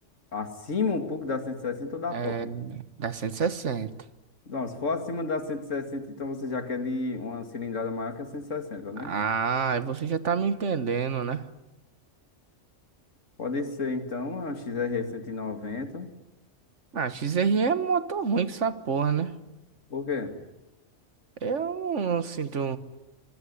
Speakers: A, on the left; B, on the right.
A: Acima um pouco da 160 ou da
B: É,
A: pop.
B: da 160.
A: Não, se for acima da cento e sessenta então você já quer de uma cilindrada maior que a cento e sessenta né?
B: Ah, você já tá me entendendo, né?
A: Pode ser, então, a XR noventa
B: Ah, XR é moto ruim que essa porra, né?
A: Por quê?
B: Eu não sinto.